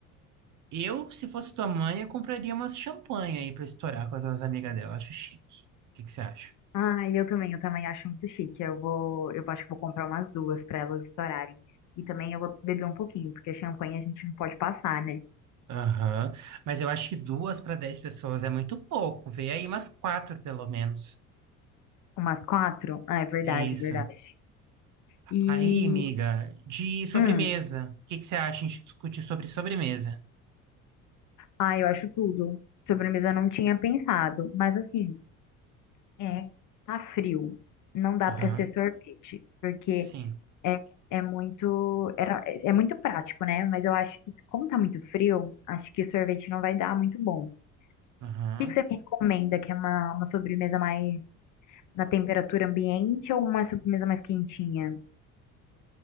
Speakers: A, on the right; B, on the left.
A: Eu, se fosse tua mãe, eu compraria umas champanhe aí pra estourar com as as amigas dela. Acho chique. O que que você acha?
B: Ah, eu também, eu também acho muito chique. Eu vou, eu acho que vou comprar umas duas para elas estourarem. E também eu vou beber um pouquinho, porque champanhe a gente não pode passar, né?
A: Aham. Mas eu acho que duas para dez pessoas é muito pouco. Vê aí umas quatro, pelo menos.
B: Umas quatro? Ah, é verdade,
A: Isso.
B: verdade. E,
A: Aí, amiga, de sobremesa.
B: hum,
A: O que que você acha a gente discutir sobre sobremesa?
B: ah, eu acho tudo. Sobremesa eu não tinha pensado, mas assim, é, tá frio. Não dá
A: Aham.
B: para ser sorvete, porque
A: Sim.
B: é, é muito, era- é é muito prático, né? Mas eu acho que como tá muito frio, acho que sorvete não vai dar muito bom.
A: Aham.
B: que que você me recomenda? Que é uma, uma sobremesa mais na temperatura ambiente ou uma sobremesa mais quentinha?